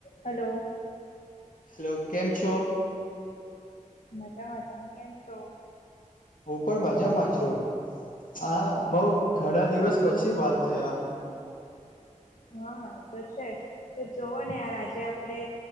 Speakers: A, on the left (about 65°); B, on the left (about 85°).
A: Hello.
B: Hello કેમ છો?
A: મજામાં તમે કેમ છો?
B: હું પણ મજામાં છું, આ બઉ ઘણા દિવસ પછી વાત
A: <unintelligible>
B: થયા
A: હા, એ તો છે તો જોવો ને આજે આપડે